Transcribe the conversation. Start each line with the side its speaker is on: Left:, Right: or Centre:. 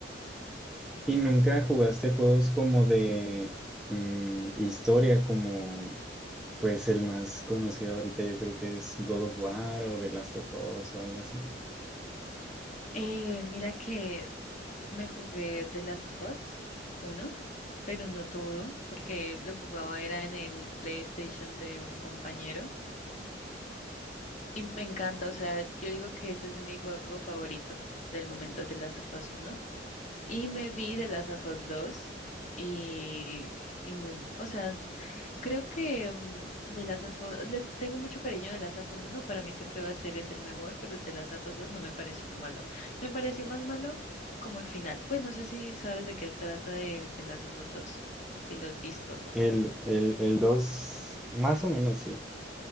Centre: ¿Y nunca jugaste juegos como de mm, historia, como Pues el más conocido ahorita yo creo que es God of War o The Last of Us o algo así.
Left: Eh, mira que me jugué The Last of Us 1, pero no todo, porque lo jugaba era en el PlayStation de un compañero. Y me encanta, o sea, yo digo que ese es mi juego favorito del momento de las AFAS 1. Y me vi de las AFAS 2 y, y muy, o sea, creo que mm, de las AFAS, le tengo mucho cariño de las AFAS 1, para mí siempre va a ser es el mejor, pero el de las AFAS 2 no me pareció malo. Me pareció más malo como el final. Pues no sé si sabes de qué trata el de las AFAS 2, si lo has visto o no.
Centre: El, el, el 2 más o menos sí.